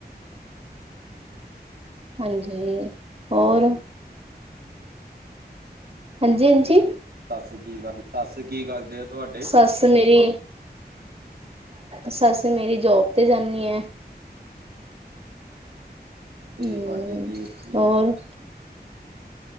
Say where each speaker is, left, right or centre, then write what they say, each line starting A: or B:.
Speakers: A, on the right; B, on the right.
A: ਹਾਂਜੀ, ਹੋਰ? ਹਾਂਜੀ, ਹਾਂਜੀ।
B: ਸੱਸ ਕੀ ਕਰਦੇ, ਸੱਸ ਕੀ ਕਰਦੇ ਆ ਤੁਹਾਡੇ?
A: ਸੱਸ ਮੇਰੀ ਸੱਸ ਮੇਰੀ ਜੋਬ ਤੇ ਜਾਨੀ ਐ।
B: ਤੇ
A: ਹਮ
B: ਤਾਡੇ ਜੇਠ ਜੀ?
A: ਹੋਰ